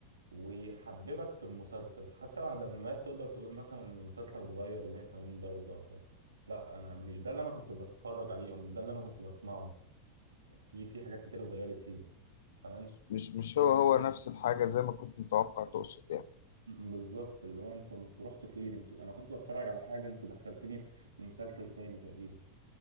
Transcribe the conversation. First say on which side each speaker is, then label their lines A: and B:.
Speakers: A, on the right; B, on the left.
A: ويحببك في المسلسل حتى بعد ما مات تقدر تقول مثلا ان المسلسل اتغير 180 درجة ف لا انا مش ده اللي انا كنت بتفرج عليه ومش ده اللي انا كنت بسمعه في في حاجات كتير اتغيرت فيه فاهم
B: مش مش هو هو نفس الحاجة زي ما كنت متوقع تقصد يعني
A: م- بالظبط اللي هو انتوا انتوا رحتوا فين انتوا انا كنت بتفرج على حاجة انتوا دخلتوني في مسلسل تاني تقريبا